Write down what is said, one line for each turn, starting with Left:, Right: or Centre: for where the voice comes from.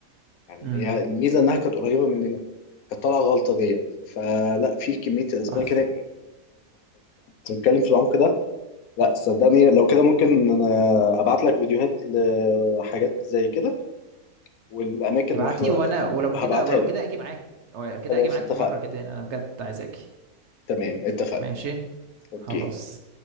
Left: يعني
Right: امم
Left: هي الميزه انها كانت قريبه مننا كانت طالعه غلطه ديت فلا في كميه الاسماك
Right: تحفه
Left: هناك تتكلم في العمق ده لا صدقني لو كده ممكن انا ابعت لك فيديوهات لحاجات زي كده والاماكن اللي
Right: ابعت
Left: رحنا
Right: لي وانا ولو كده
Left: هبعتها
Right: ولو
Left: لك
Right: كده اجي معاك ولو كده
Left: خلاص
Right: اجي معاك
Left: اتفقنا
Right: في مره كده يعني انا بجد عايز اجي
Left: تمام اتفقنا
Right: ماشي
Left: اوكي
Right: خلاص